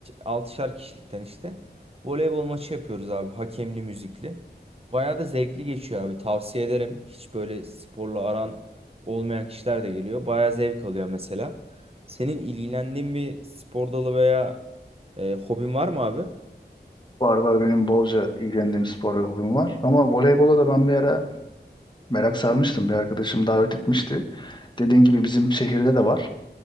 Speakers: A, on the right; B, on the left.
A: 6'şar kişilikten işte voleybol maçı yapıyoruz abi hakemli müzikli. Bayağı da zevkli geçiyor abi tavsiye ederim. Hiç böyle sporla aran olmayan kişiler de geliyor. Bayağı zevk alıyor mesela. Senin ilgilendiğin bir spor dalı veya eee hobin var mı abi?
B: Var var benim bolca ilgilendiğim spor ve hobim var. Ama voleybola da ben bir ara merak sarmıştım. Bir arkadaşım davet etmişti. Dediğin gibi bizim şehirde de var.